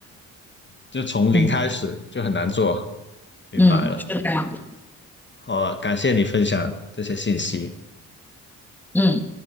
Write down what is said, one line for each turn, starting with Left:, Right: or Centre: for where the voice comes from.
Left: 就从零开始就很难做，
Centre: 嗯
Left: 明白了。
Centre: 嗯，是这样的，
Left: 好啊，感谢你分享这些信息。
Centre: 嗯。